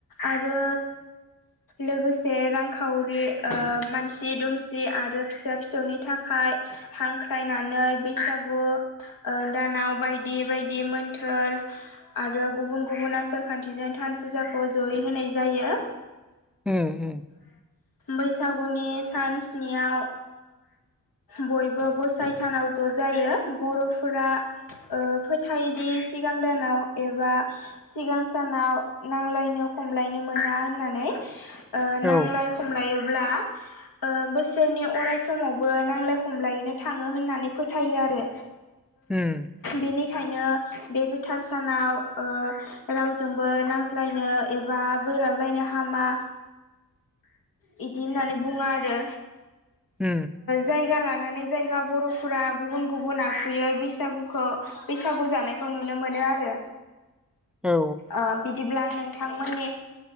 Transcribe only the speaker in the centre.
म
औ
उम
ह
औ